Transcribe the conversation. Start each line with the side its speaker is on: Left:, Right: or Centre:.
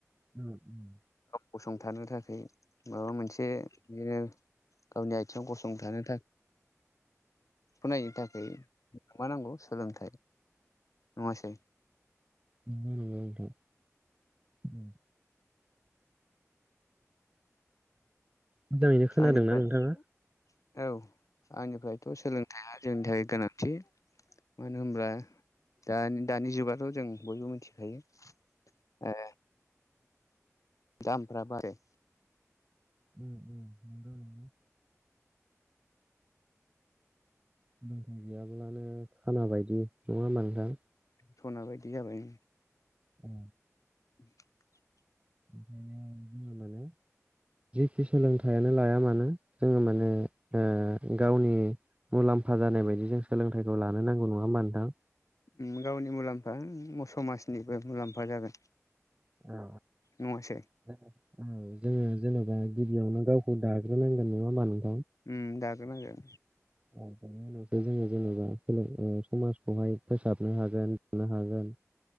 Right: ओम' ओम
Left: गसंथानो थाखाय माबा मोनसे बिदिनो गावनि आथिङाव गसंथानो थाख फरायनो थाखै मा नांगौ सोलोंथाइ नङासै।
Right: नंगौ नामा नोंथां। उम मोजाङैनो खोनादोंना
Left: आंनिफ्राय
Right: नोंथाङा
Left: औ आंनिफ्रायथ' सोलोंथाइया जोंनि थाखाय गोनांथि मानो होमब्ला दानि दानि जुगाथ' जों बयबो मिथिखायो दामफ्रा बाराय
Right: उम उम नंगौ नंगौ। सोलोंथाइ गैयाब्लानो खाना बायदि नङा होनबा नोथां?
Left: सना बायदि जाबाय।
Right: औ
Left: <inaudible>
Right: बेखायनो <unintelligible> जिखि सोलोंथाइयानो लाया मानो जोङो माने ओ गावनि मुलाम्फा जानाय बायदि जों सोलोंथाइखौ लानो नांगौ नङा होमबा नोंथां।
Left: उम गावनि मुलाम्फायानो समाजनिबो मुलाम्फा जागोन।
Right: औ औ
Left: नङासै
Right: जोङो उम जोंनि जेनेबा गिबियावनो गावखौ दाग्रोनांगोन नङा होनबा नों
Left: उम दाग्रो नांगोन।
Right: <unintelligible> जोङो जेनेबा ओ समाजखौहाय फोसाबनो हागोन। थानो हागोन